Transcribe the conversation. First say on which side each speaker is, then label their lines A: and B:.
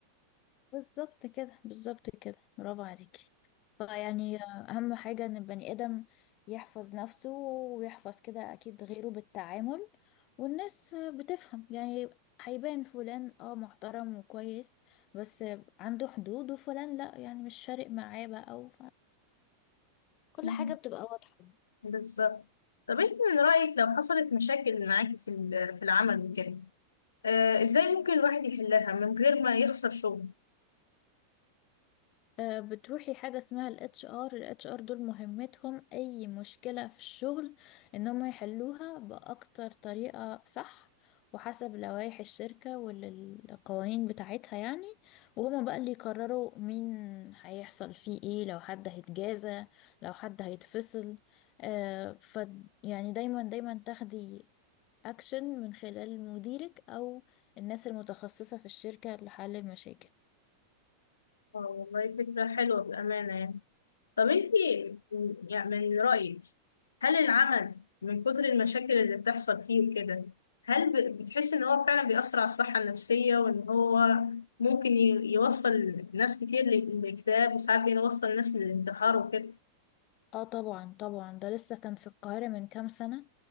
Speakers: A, on the left; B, on the left.
A: بالظبط كده بالظبط كده برافو عليكي فيعني أهم حاجة إن البني آدم يحفظ نفسه ويحفظ كده أكيد غيره بالتعامل والناس بتفهم يعني هيبان فلان اه محترم وكويس بس عنده حدود وفلان لا يعني مش فارق معاه بقى أو كل
B: دي
A: حاجة بتبقى واضحة
B: بالظبط طب انت من رأيك لو حصلت مشاكل معاكي في ال- في العمل وكده آه ازاي ممكن الواحد يحلها من غير ما يخسر شغل
A: آه، بتروحي حاجة اسمها ال HR ال HR دول مهمتهم أي مشكلة في الشغل إن هم يحلوها بأكتر طريقة صح وحسب لوائح الشركة والقوانين بتاعتها يعني وهما بقى اللي يقرروا مين هيحصل فيه ايه لو حد هيتجازى لو حد هيتفصل آه ف يعني دايما دايما تاخدي أكشن من خلال مديرك أو الناس المتخصصة في الشركة لحل المشاكل
B: اه والله فكرة حلوة بأمانة يعني طب انت يعني من رأيك هل العمل من كتر المشاكل اللي بتحصل فيه وكده هل ب- بتحس ان هو فعلا بيأثر على الصحة النفسية وان هو ممكن ي- يوصل ناس كتير لل- للاكتئاب وساعات بيوصل ناس للانتحار وكده
A: اه طبعا طبعا ده لسه كان في القاهرة من كام سنة